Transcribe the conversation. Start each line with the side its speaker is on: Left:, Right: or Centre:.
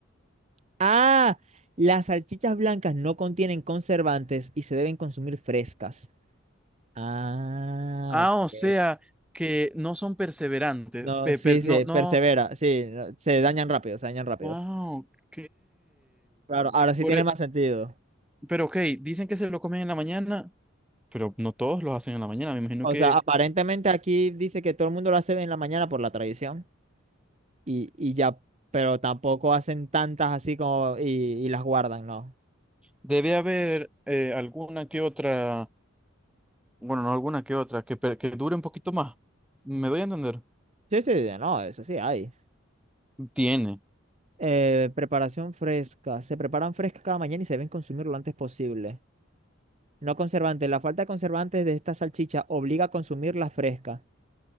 Right: Ah, las salchichas blancas no contienen conservantes y se deben consumir frescas. Ah,
Centre: Ah,
Right: ok.
Centre: o sea, que no son perseverantes.
Right: No,
Centre: pe-
Right: sí,
Centre: per-
Right: sí,
Centre: no, no.
Right: persevera, sí, no, se dañan rápido, se dañan rápido.
Centre: Ah, ok.
Right: Claro, ahora sí
Centre: Por
Right: tiene
Centre: e-
Right: más sentido.
Centre: pero ok, dicen que se lo comen en la mañana, pero no todos lo hacen en la mañana. Me imagino
Right: O
Centre: que
Right: sea, aparentemente aquí dice que todo el mundo lo hace en la mañana por la tradición y, y ya, pero tampoco hacen tantas así como y, y las guardan, ¿no?
Centre: debe haber eh, alguna que otra, bueno, no alguna que otra, que, per- que dure un poquito más. ¿Me doy a entender?
Right: Sí, sí, no, eso sí hay.
Centre: Tiene.
Right: Eh, preparación fresca. Se preparan frescas cada mañana y se deben consumir lo antes posible. No conservante. La falta de conservantes de esta salchicha obliga a consumirla fresca.